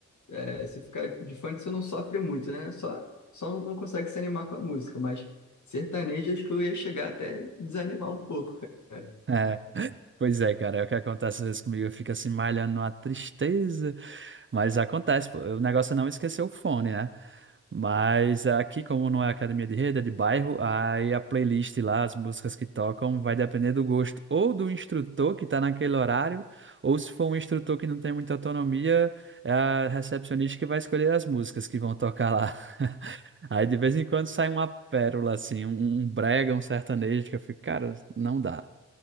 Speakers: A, on the left (about 65°); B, on the right (about 40°).
A: é, se ficar de fone você não sofre muito, né? Só, só não consegue se animar com a música, mas sertanejo acho que eu ia chegar até desanimar um pouco, cara.
B: É. Pois é, cara, é o que acontece às vezes comigo, eu fico assim malhando numa tristeza, mas acontece, pô, o negócio é não esquecer o fone, né? Mas aqui, como não é academia de rede, é de bairro, aí a playlist lá, as músicas que tocam, vai depender do gosto ou do instrutor que tá naquele horário, ou se for um instrutor que não tem muita autonomia, é a recepcionista que vai escolher as músicas que vão tocar lá. <laughs> Aí de vez em quando sai uma pérola, assim, um, um brega, um sertanejo, que eu fico, cara, não dá.